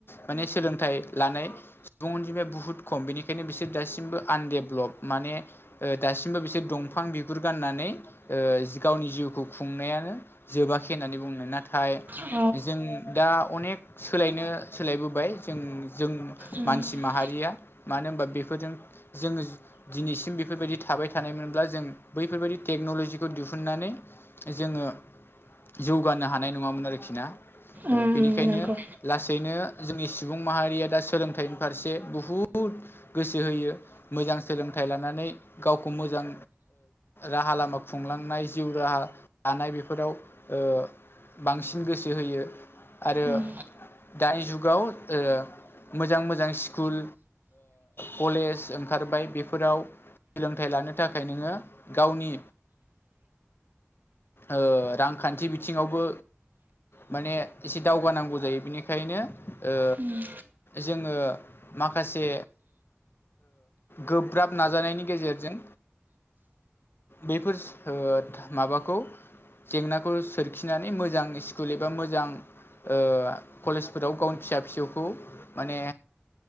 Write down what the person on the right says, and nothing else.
अ
उम
उम
उम
नंगौ
उम
उम